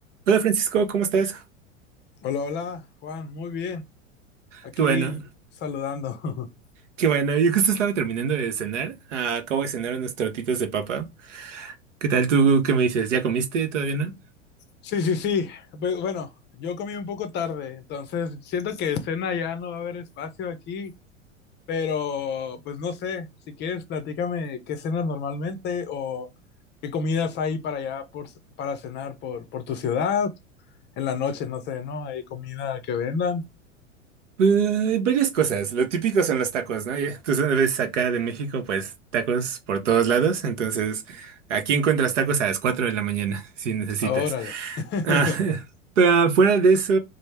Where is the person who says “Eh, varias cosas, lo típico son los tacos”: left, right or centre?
Right